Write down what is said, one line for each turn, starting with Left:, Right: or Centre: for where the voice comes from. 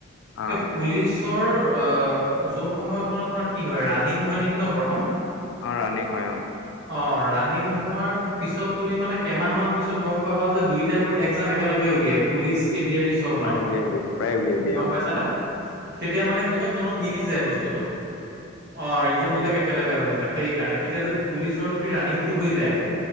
Left: অ',
Right: এই পুলিচৰ অ যোন সময়ত মানে তোমাৰ কি হয় ৰানিং হয় নেকি ন প্ৰথম
Left: অ ৰানিং হয় অ
Right: অ ৰানিং হোৱাৰ পিছত তুমি মানে কেইমাহ মান পিছত গম পাবা যে দুইটা প একজাম একেলগে উলিয়াই পুলিচ এৰি চব
Left: প্ৰায়
Right: মানে
Left: উলিয়াই দিয়ে, প্ৰায় উলিয়াই দিয়ে
Right: গম
Left: অ'।
Right: পাইছানে তেতিয়া মানে কি হয় সিহঁতৰ মিলি যায় বস্তুটো অ ৰিটাৰ্ণ বিলাক একেলগে হৈ যায়। সেইকাৰণে এতিয়া যদি পুলিচৰ যদি ৰানিংটো হৈ যায়